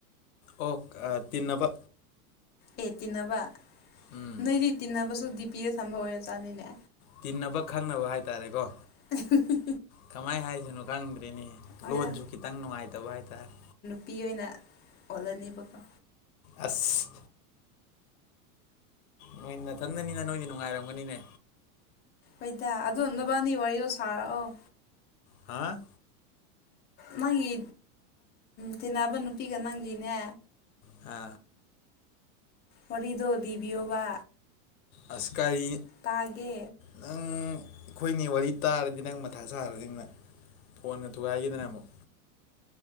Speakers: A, on the left; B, on the left.
A: ꯑꯣ ꯑꯥ ꯇꯤꯟꯅꯕ
B: ꯑꯦ ꯇꯤꯟꯅꯕ
A: ꯎꯝ
B: ꯅꯣꯏꯗꯤ ꯇꯤꯟꯅꯕꯁꯨ ꯗꯤ ꯄꯤꯗ ꯊꯝꯕ ꯑꯣꯏꯔ ꯖꯥꯠꯅꯤꯅꯦ
A: ꯇꯤꯟꯅꯕ ꯈꯪꯅꯕ ꯍꯥꯏꯇꯥꯔꯦꯀꯣ
B: <unintelligible>
A: ꯀꯃꯥꯏ ꯍꯥꯏꯁꯤꯅꯣ ꯈꯪꯗ꯭ꯔꯦꯅꯦ
B: ꯍꯣꯏꯗ
A: ꯂꯣꯟꯁꯨ ꯈꯤꯇꯪ ꯅꯨꯡꯉꯥꯏꯇꯕ ꯍꯥꯏꯇꯥꯔꯦ
B: ꯄꯤ ꯑꯣꯏꯅ ꯑꯣꯜꯂꯅꯤꯕꯀꯣ
A: ꯑꯁ ꯅꯣꯏ ꯅꯥꯊꯟꯗꯅꯤꯅ ꯅꯣꯏꯗꯤ ꯅꯨꯡꯉꯥꯏꯔꯝꯒꯅꯤꯅꯦ
B: ꯍꯣꯏꯗ ꯑꯗꯨ ꯅꯕꯥꯅꯤ ꯋꯥꯔꯤꯗꯣ ꯁꯥꯔꯛꯑꯣ
A: ꯍꯥꯥ
B: ꯅꯪꯒꯤ ꯇꯤꯟꯅꯕ ꯅꯨꯄꯤꯒ ꯅꯪꯒꯤꯅꯦ
A: ꯍꯥ
B: ꯋꯥꯔꯤꯗꯣ ꯂꯤꯕꯤꯌꯣꯕꯥ
A: ꯑꯥꯁ ꯀꯔꯤ
B: ꯇꯥꯒꯦ
A: ꯅꯪ ꯑꯩꯈꯣꯏꯅꯤ ꯋꯥꯔꯤ ꯇꯥꯔꯗꯤ ꯅꯪ ꯃꯊꯥ ꯁꯥꯔꯅꯤ ꯅꯪ ꯐꯣꯟꯒ ꯊꯨꯒꯥꯏꯈꯤꯗꯅ ꯑꯃꯨꯛ